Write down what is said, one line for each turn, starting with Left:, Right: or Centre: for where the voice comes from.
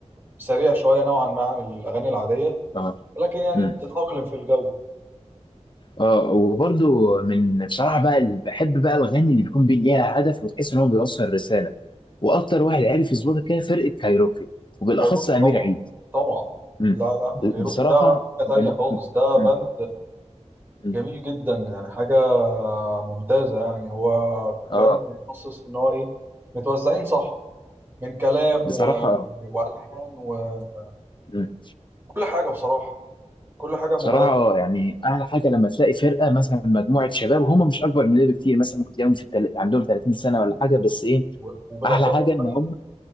Right: سريع شويه نوعا ما عن الاغاني العاديه
Left: اه
Right: لكن يعني
Left: امم
Right: بتتاقلم في الجو
Left: اه وبرده من بصراحه بقى اللي بحب بقى الاغاني اللي بيكون بي- ليها هدف وتحس ان هو بيوصل رساله واكتر واحد عرف يظبطها كده فرقه كايروكي وبالاخص
Right: كايروكي
Left: امير
Right: طبعا
Left: عيد
Right: طبعا
Left: مم.
Right: لا لا
Left: ب-
Right: كايروكي
Left: بصراحه
Right: ده بقى حاجة تانية
Left: مل-
Right: خالص ده
Left: مم.
Right: باند
Left: مم.
Right: جميل جدا يعني حاجة ممتازة يعني هو
Left: اه
Right: باند متخصص إن هو إيه متوزعين صح من كلام
Left: بصراحه
Right: و...
Left: اه
Right: وألحان وكل
Left: مم.
Right: حاجة بصراحة كل حاجة مميزة
Left: بصراحه اه يعني احلى حاجه لما تلاقي فرقه مثلا مجموعه شباب وهم مش اكبر مننا بكتير مثلا ممكن تلاقيهم في التل... عندهم 30 سنه
Right: فيه
Left: ولا حاجه بس ايه
Right: و... وبالأخص
Left: احلى حاجه ان
Right: كمان
Left: هم